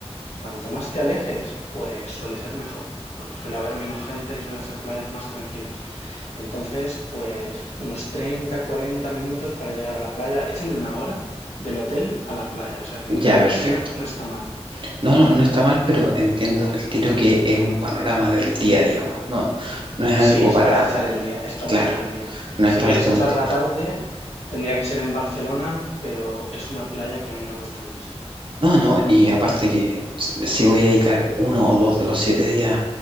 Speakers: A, on the left; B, on the right.
A: Cuanto más te alejes, pues suele ser mejor, porque suele haber menos gente y suelen ser playas más tranquilas. Entonces, pues unos 30, 40 minutos para llegar a la playa. Échale una hora del hotel a la playa, o sea que
B: Ya, perfecto.
A: no, no está mal.
B: No, no, no está mal, pero entiendo el tiro que es un panorama del día, digamos. No, no es algo
A: Sí,
B: para,
A: es para echar el día, es para
B: claro,
A: echar el día.
B: no es
A: Si
B: para
A: quieres
B: estar
A: echar
B: un tiempo.
A: la tarde, tendría que ser en Barcelona, pero es una playa que a mí no me gusta mucho.
B: No, no, y aparte que s- si voy a dedicar uno o dos de los siete días,